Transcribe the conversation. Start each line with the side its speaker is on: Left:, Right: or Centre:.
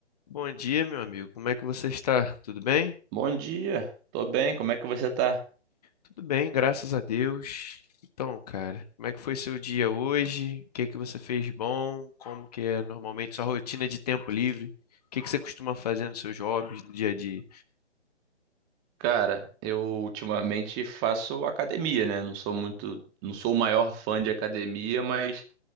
Left: Bom dia, meu amigo. Como é que você está? Tudo bem?
Right: Bom dia, tô bem, como é que você tá?
Left: Tudo bem, graças a Deus. Então, cara, como é que foi seu dia hoje? O que é que você fez de bom? Como que é normalmente sua rotina de tempo livre? O que é que você costuma fazer nos seus hobbies, no dia a dia?
Right: Cara, eu ultimamente faço academia, né? Não sou muito, não sou o maior fã de academia, mas